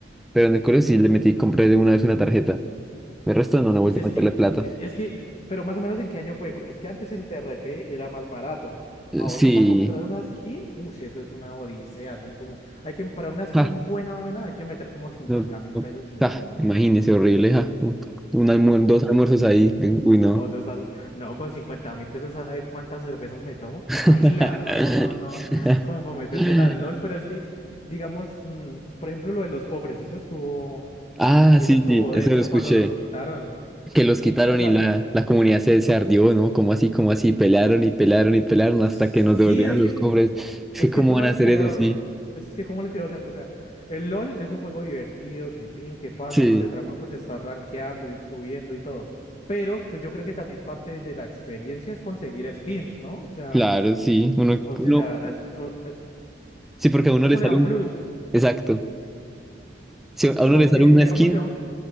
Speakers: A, in the centre; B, on the left.
A: Pero en el colegio sí le metí, compré de una vez una tarjeta. El resto no, no
B: Uy,
A: volví
B: es
A: a meterle
B: que,
A: plata.
B: e, es que, pero más o menos en qué año fue, porque es que antes el D R P era más barato.
A: Eh,
B: Ahorita
A: Sí,
B: comprar una skin, uy, eso es una odisea, son como, hay que, para una skin
A: ja,
B: buena, buena, hay que meter como cincuenta
A: no,
B: mil
A: no,
B: pesos y,
A: ja,
B: uy, no.
A: imagínese, horrible, ja. Un un almuer- dos almuerzos ahí,
B: Mm,
A: uy, no.
B: No, no, sab- no, con cincuenta mil pesos, ¿sabe cuántas cervezas me tomo?
A: <laughs>
B: Paila, no, no, no, <laughs> como para metérsela al LOL, pero es que, digamos, mm, por ejemplo, lo de los cofres, eso estuvo,
A: Ah,
B: eso
A: sí,
B: estuvo
A: sí, eso
B: denso
A: lo escuché.
B: cuando los quitaron.
A: que los
B: Estu-
A: quitaron
B: O sea,
A: y la, la comunidad se, se ardió, ¿no? Como así, como así, pelearon y pelearon y pelearon
B: Sí,
A: hasta que nos devolvieron
B: es
A: los
B: que
A: cofres. Es
B: Es
A: que cómo
B: que póngale
A: van a hacer
B: cuidado.
A: eso, sí.
B: Es que, ¿cómo le cuidado? O sea, o sea, el LOL es un juego divertido, que pin, que pan,
A: Sí,
B: a uno le trama pues estar rankeando, ir subiendo y todo. Pero, pues yo creo que también parte de la experiencia es conseguir skins, ¿no? O sea,
A: claro, sí. Uno,
B: o sea,
A: uno-
B: eso, eh,
A: sí, porque a uno
B: eso
A: le sale
B: le da un
A: un,
B: plus.
A: exacto. Sí, a uno
B: Porque,
A: le sale una
B: digamos,
A: skin
B: si a un-